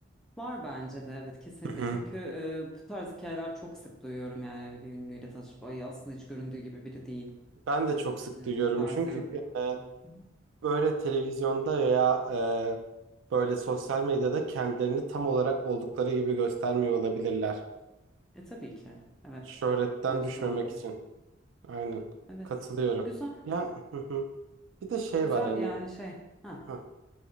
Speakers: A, in the centre; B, on the right.
A: var bence de evet kesinlikle
B: Hı
A: çünkü
B: hı.
A: eee, bu tarz hikayeler çok sık duyuyorum yani hani bir ünlüyle tanışıp ay aslında hiç göründüğü gibi biri değil
B: Ben de çok sık
A: eee
B: duyuyorum
A: tarzı
B: çünkü
A: yorumlarda.
B: e,
A: Hı hı.
B: böyle televizyonda ya e, böyle sosyal medyada kendilerini tam olarak oldukları gibi göstermiyor olabilirler.
A: E tabii ki evet
B: Şöhretten
A: bence
B: düşmemek
A: de olabilir
B: için. Aynen.
A: evet
B: Katılıyorum.
A: güzel
B: Ya hı hı. bir de şey
A: güzel
B: var hani
A: yani şey ha
B: hah.